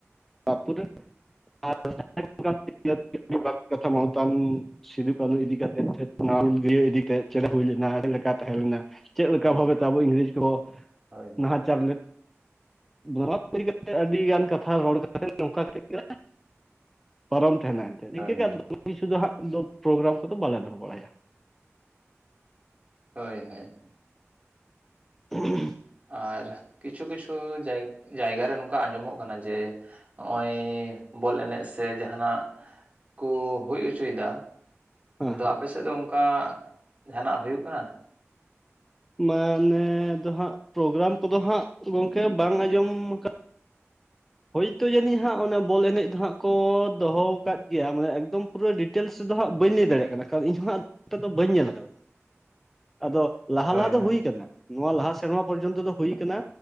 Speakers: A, in the centre; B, on the right.
A: ᱛᱟᱯᱚᱨᱮ <unintelligible> ᱠᱟᱛᱷᱟ ᱢᱟᱱᱚᱛᱟᱱ ᱥᱤᱫᱩ ᱠᱟᱹᱱᱷᱩ ᱤᱫᱤ ᱠᱟᱛᱮᱫ, <unintelligible> ᱚᱱᱟ ᱦᱩᱞ ᱤᱫᱤ ᱛᱮ, ᱪᱮᱫ ᱦᱩᱭ ᱞᱮᱱᱟ, ᱪᱮᱫ ᱞᱮᱠᱟ ᱛᱟᱦᱮᱸ ᱞᱮᱮᱱᱟ ᱾ ᱪᱮᱫ ᱞᱮᱠᱟ
B: ᱦᱳᱭ
A: ᱵᱷᱟᱵᱮ ᱛᱮ, ᱟᱵᱚ ᱤᱝᱨᱮᱡᱽ ᱠᱚ,
B: ᱦᱳᱭ
A: ᱱᱟᱦᱟᱪᱟᱨ ᱞᱮᱫ <unintelligible> ᱠᱟᱛᱮ, ᱟᱹᱰᱤ ᱜᱟᱱ ᱠᱟᱛᱷᱟ ᱨᱚᱲ ᱠᱟᱛᱮ, <unintelligible> ᱱᱚᱝᱠᱟ ᱠᱟᱛᱮ ᱜᱮ, ᱯᱟᱨᱚᱢ ᱛᱟᱦᱮᱸᱱᱟ, ᱮᱱᱛᱮᱫ ᱱᱤᱝᱠᱟᱹ
B: ᱦᱳᱭ
A: ᱜᱮ ᱾ ᱠᱤᱪᱷᱩ ᱫᱚ ᱦᱟᱸᱜ, ᱫᱚ ᱯᱨᱳᱜᱨᱟᱢ ᱠᱚᱫᱚ, ᱵᱟᱞᱮ ᱫᱚᱦᱚ ᱵᱟᱲᱟᱭᱟ ᱾
B: ᱦᱳᱭ ᱦᱳᱭ᱾
A: ᱩᱷᱼᱦᱩᱦᱼᱷᱩ ᱾
B: ᱟᱨ, ᱠᱤᱪᱷᱩ ᱠᱤᱪᱷᱩ ᱡᱟᱭᱼᱮ-ᱜᱽ ᱡᱟᱭᱜᱟ ᱨᱮ, ᱱᱚᱝᱠᱟ ᱟᱸᱡᱚᱢᱚᱜ ᱠᱟᱱᱟ ᱡᱮ ᱦᱚᱜᱼᱚᱸᱭ, ᱵᱚᱞ ᱮᱱᱮᱡ ᱥᱮ, ᱡᱟᱦᱟᱸᱱᱟᱜ ᱠᱚ, ᱦᱩᱭ ᱦᱚᱪᱚ ᱮᱫᱟ ᱾
A: ᱦᱮᱸ
B: ᱟᱫᱚ,
A: ᱦᱮᱸ
B: ᱟᱯᱮ ᱥᱮᱫ ᱫᱚ, ᱚᱝᱠᱟ ᱡᱟᱦᱟᱸᱱᱟᱜ ᱦᱩᱭᱩᱜ ᱠᱟᱱᱟ ᱾
A: ᱢᱟᱱᱮ, ᱫᱚ ᱦᱟᱸᱜ, ᱯᱨᱳᱜᱨᱟᱢ ᱠᱚᱫᱚ ᱦᱟᱸᱜ, ᱜᱚᱢᱠᱮ ᱵᱟᱝ ᱟᱸᱡᱚᱢ ᱟᱠᱟᱱ ᱦᱳᱭᱛᱳ ᱡᱟᱹᱱᱤᱡ ᱦᱟᱸᱜ, ᱚᱱᱟ ᱵᱚᱞ ᱮᱱᱮᱡ ᱫᱚ ᱦᱟᱸᱜ, ᱠᱚ ᱫᱚᱦᱚ ᱟᱠᱟᱫ ᱜᱮᱭᱟ, ᱢᱟᱱᱮ ᱮᱠᱫᱚᱢ ᱯᱩᱨᱟᱹ ᱰᱤᱴᱮᱞᱥ ᱫᱚ ᱦᱟᱸᱜ, ᱵᱟᱹᱧ ᱞᱟᱹᱭ ᱫᱟᱲᱮᱭᱟᱜ ᱠᱟᱱᱟ ᱾ ᱠᱟᱨ ᱤᱧᱦᱚ ᱱᱟᱷ ᱚᱱᱛᱮ ᱫᱚ ᱵᱟᱹᱧ ᱧᱮᱞ ᱟᱠᱟᱫᱟ ᱾ ᱟᱫᱚ ᱞᱟᱦᱟ
B: ᱦᱳᱭ
A: ᱞᱟᱦᱟ ᱫᱚ,
B: ᱦᱳᱭ
A: ᱦᱩᱭ ᱟᱠᱟᱱᱟ ᱾ ᱱᱚᱣᱟ ᱞᱟᱦᱟ ᱥᱮᱨᱢᱟ ᱯᱚᱨᱡᱚᱱᱛᱚ ᱫᱚ, ᱦᱩᱭ ᱟᱠᱟᱱᱟ